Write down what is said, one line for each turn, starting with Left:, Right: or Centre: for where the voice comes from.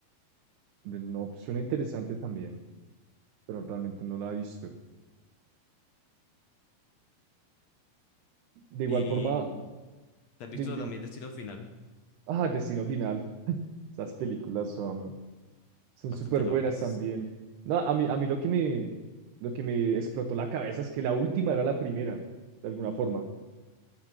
Right: Ve- No, suena interesante también, pero realmente no la he visto. De igual
Left: Y
Right: forma,
Left: te has visto
Right: de, de-
Left: también Destino Final,
Right: ah, Destino Final. Esas películas son son
Left: bastante
Right: súper
Left: locas.
Right: buenas también. No, a mí, a mí lo que me, lo que me explotó la cabeza es que la última era la primera, de alguna forma.